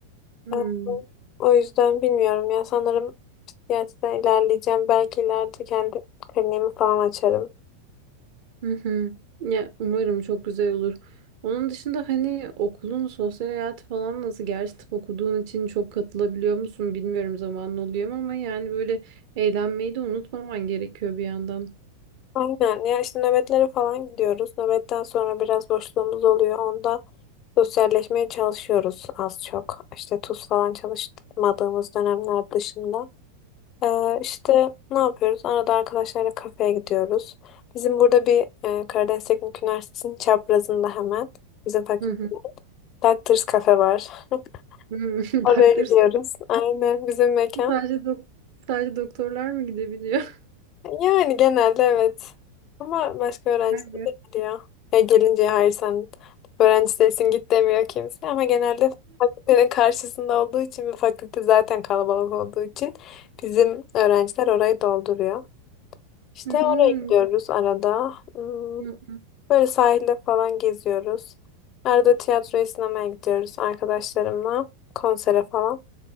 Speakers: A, on the right; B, on the left.
A: Hmm.
B: E, O yüzden bilmiyorum ya sanırım psikiyatriden ilerleyeceğim. Belki ileride kendi kliniğimi falan açarım.
A: Hı hı. Ya umarım çok güzel olur. Onun dışında hani okulun sosyal hayatı falan nasıl? Gerçi tıp okuduğun için çok katılabiliyor musun bilmiyorum zamanın oluyor mu ama yani böyle eğlenmeyi de unutmaman gerekiyor bir yandan.
B: Aynen ya işte nöbetlere falan gidiyoruz. Nöbetten sonra biraz boşluğumuz oluyor. Onda sosyalleşmeye çalışıyoruz az çok. İşte tuz falan çalışmadığımız dönemler dışında. Ee, işte ne yapıyoruz? Arada arkadaşlarla kafeye gidiyoruz. Bizim burada bir e, Karadeniz Teknik Üniversitesi'nin çaprazında hemen bizim fakülte
A: Hı hı.
B: Doctors Cafe var. <laughs>
A: Hı. <laughs>
B: Oraya
A: Doctors
B: gidiyoruz. Aynen bizim mekan.
A: Club'a sadece dok- sadece doktorlar mı gidebiliyor?
B: Yani genelde evet. Ama başka öğrenciler
A: <laughs> Evet.
B: de geliyor. Ya gelince hayır sen öğrenci değilsin git demiyor kimse. Ama genelde fakültenin karşısında olduğu için ve fakülte zaten kalabalık olduğu için bizim öğrenciler orayı dolduruyor. İşte
A: Hmm.
B: oraya gidiyoruz arada. Hmm,
A: Hı hı.
B: Böyle sahilde falan geziyoruz. Arada tiyatroya, sinemaya gidiyoruz arkadaşlarımla. Konsere falan.